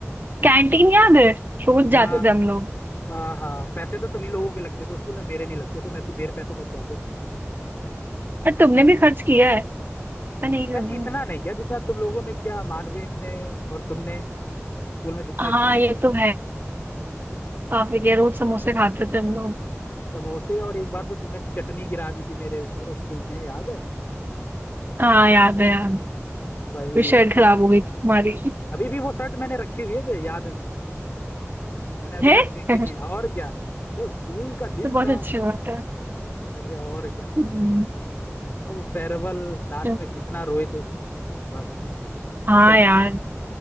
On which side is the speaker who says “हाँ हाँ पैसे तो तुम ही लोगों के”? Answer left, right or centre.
Left